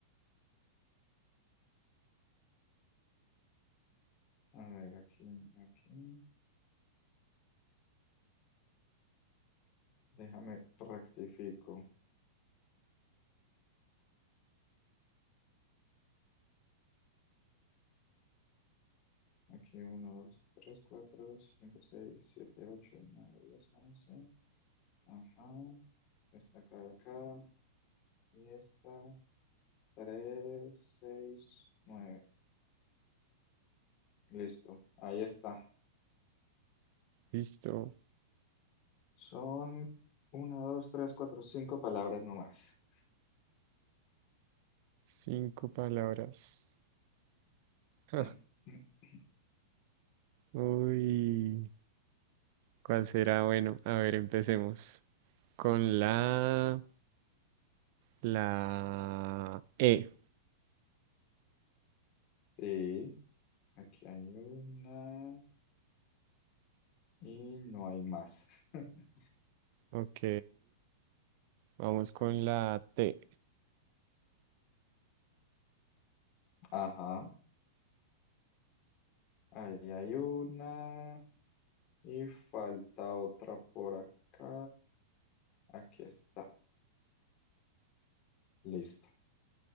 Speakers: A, on the left (about 45°); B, on the right (about 55°).
A: A ver, aquí, aquí. Déjame rectifico. Aquí uno, 2, 3, 4, 5, 6, 7, 8, 9, 10, 11. Ajá. Esta acá, de acá. Y esta. Tres, seis, nueve. Listo. Ahí está.
B: Listo.
A: Son una, dos, tres, cuatro, cinco palabras nomás.
B: Cinco palabras. Ja,
A: <clears throat>
B: Uy, ¿cuál será? Bueno, a ver, empecemos. Con la, la E.
A: Sí. Aquí hay una. Y no hay más. <laughs>
B: Ok, vamos con la T.
A: Ajá. Ahí hay una. Y falta otra por acá. Aquí está. Listo.